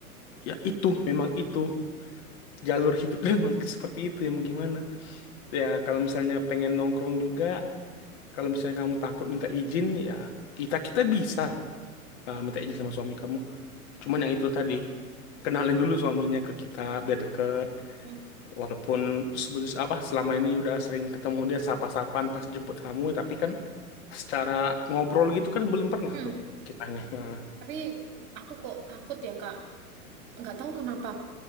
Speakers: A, on the left; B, on the right.
A: ya itu, memang itu. Jalur hidupnya <laughs> memang seperti itu, ya mau gimana. Ya, kalau misalnya pengen nongkrong juga, kalau misalnya kamu takut minta izin, ya kita kita bisa uh, minta izin sama suami kamu. Cuman yang itu tadi, kenalin dulu suaminya ke kita biar deket.
B: Hmm.
A: Walaupun sebelum apa selama ini udah sering ketemu dia sapa-sapan pas jemput kamu, tapi kan secara ngobrol gitu kan belum pernah
B: hmm,
A: tuh kitanya. Nah,
B: tapi aku kok takut ya Kak. Nggak tahu kenapa.